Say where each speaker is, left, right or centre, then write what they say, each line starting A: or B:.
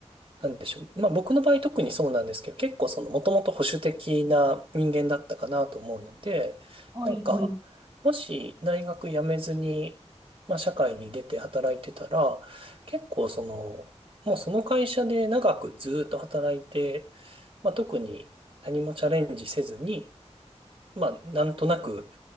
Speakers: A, on the right; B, on the right.
A: なんでしょう。まあ僕の場合特にそうなんですけど、結構そのもともと保守的な人間だったかなと思うので、
B: はい、
A: なんか、
B: はい。
A: もし大学辞めずに、まあ社会に出て働いてたら、結構その、もうその会社で長くずっと働いて、まあ特に何もチャレンジせずに、まあなんとなく